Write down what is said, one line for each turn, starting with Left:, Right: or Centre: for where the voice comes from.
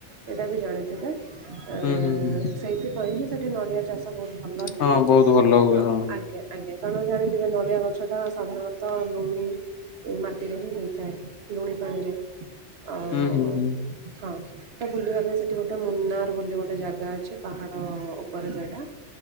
Right: ଏଇଟା ବି ଜାଣେ ତେବେ ଉଁ
Left: ହୁଁ ହୁଁ ହୁଁ
Right: ସେଇଥିପାଇଁ ହିଁ ସେଠି ନଡ଼ିଆ ଚାଷ ବହୁତ୍ ଭଲ ହୁଏ।
Left: ହଁ ବହୁତ ଭଲ ହୁଏ
Right: ନ
Left: ହଁ।
Right: ଆଜ୍ଞା ଆଜ୍ଞା କାରଣ ଜାଣିଥିବେ ନଡ଼ିଆ ଗଛଟା ସାଧାରଣତଃ ଲୁଣି ଏଇ ମାଟିରେ ହିଁ ହେଇଥାଏ ଲୁଣି ପାଣିରେ ଆଉ
Left: ହୁଁ ହୁଁ ହୁଁ
Right: ହଁ। ତ ବୁଲିବା ପାଇଁ ସେଠି ଗୋଟେ ମୁନାର ବୋଲି ଗୋଟେ ଜାଗା ଅଛି ପାହାଡ଼ ଉପରେ ସେଇଟା